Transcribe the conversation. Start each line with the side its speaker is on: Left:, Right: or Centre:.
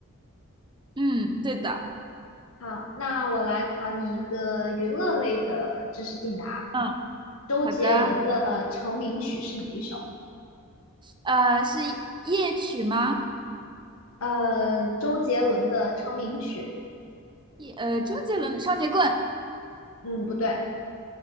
Right: 嗯，对的。
Left: 好，那我来考你一个娱乐类的知识竞答。
Right: 嗯，
Left: 周杰伦的成名曲是哪一首？
Right: 好的。呃，是夜曲吗？
Left: 嗯，周杰伦的成名曲，
Right: 夜呃，周杰伦的《双截棍》
Left: 嗯，不对，